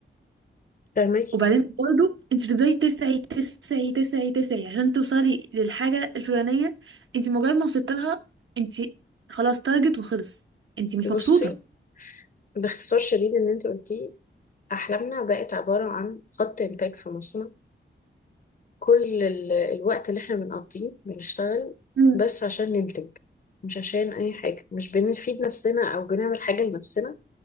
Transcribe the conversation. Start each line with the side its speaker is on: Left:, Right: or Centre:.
Left: فاهمك
Right: وبعدين برضه انت بتفضلي تسعي تسعي تسعي تسعي عشان توصلي للحاجة الفلانية انت مجرد ما وصلت لها انت خلاص تارجت وخلص انت مش
Left: بصي
Right: مبسوطة
Left: باختصار شديد اللي انت قلتيه احلامنا بقت عبارة عن خط انتاج في مصنع كل ال- الوقت اللي احنا بنقضيه بنشتغل
Right: مم.
Left: بس عشان ننتج مش عشان اي حاجة مش بنفيد نفسنا او بنعمل حاجة لنفسنا